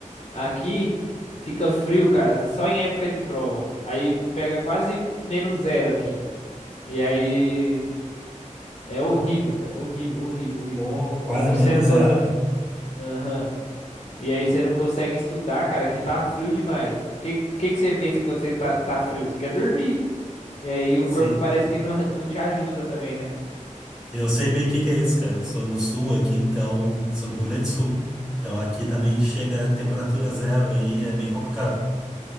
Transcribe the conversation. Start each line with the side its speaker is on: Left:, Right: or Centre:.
Left: aqui fica frio, cara, só em época de prova. Aí pega quase menos zero aqui. E aí é horrível, cara, horrível, horrível, horrível.
Centre: Pô, quase
Left: Não, você
Centre: menos
Left: não cons...
Centre: zero, cara.
Left: Aham. E aí você não consegue estudar, cara, que tá frio demais. O que, que, que você pensa quando você tá, tá frio? Você quer dormir. E aí o
Centre: Sim.
Left: corpo parece que não, não te ajuda também, né?
Centre: Eu sei bem o que que é isso, cara. Eu sou do sul aqui, então, sou do Rio Grande do Sul. Então aqui também chega a temperatura zero aí, é bem complicado.